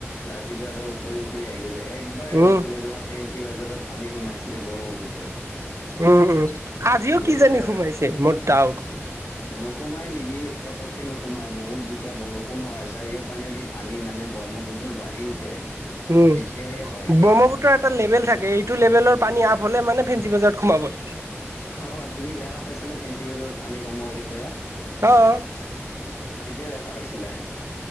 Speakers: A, on the left (about 70°); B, on the right (about 85°).
A: লাচিত ঘাটৰ উপৰি উপৰি আহি গৈছে একবাৰেই
B: উম
A: হৈছিলে তোমাৰ ফেঞ্চি বাজাৰত পানী সোমাইছিলে ব্ৰহ্মপুত্ৰৰ।
B: উম উম, আজিও
A: দুহেজাৰ
B: কিজানি সোমাইছে মোৰ দাওট।
A: নোসোমাই নেকি পটককে নোসোমাই বহুত যেতিয়া বৰষুণ হয় চাৰিও পানে দি পানী মানে ব্ৰহ্মপুত্ৰৰ বাঢ়ি উঠে।
B: উম,
A: তেতিয়াহে হয়।
B: ব্ৰহ্মপুত্ৰৰ এটা লেভেল থাকে এই এইটো লেভেলৰ পানী আপ হলে মানে ফেঞ্চি বজাৰত সোমাবই।
A: অ', তুমি দেখা পাইছানে ফেঞ্চি বজাৰত পানী সোমোৱা কেতিয়াবা?
B: অ'।
A: কেতিয়া দেখা পাইছিলা